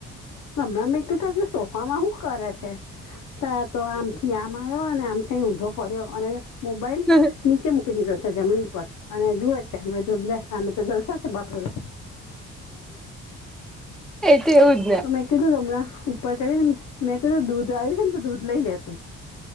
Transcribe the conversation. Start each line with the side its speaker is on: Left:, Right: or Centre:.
Left: હમણાં મેં કતા સોફામાં શું કરે છે ત તો આમથી આમ આવ્યો અને આમ થ ઊંધો પડ્યો અને મોબાઈલ
Centre: હમમ
Left: નીચે મૂકી દીધો છે જમીન પર અને જુવે છે મે આને તો જલસા છે બાપુરે
Centre: એ તોવું
Left: તો મેં કીધું તમણા ઉપર ચડીને મેં કીધું દૂધ આવ્યું છે ને તો દૂધ લઈ લે તું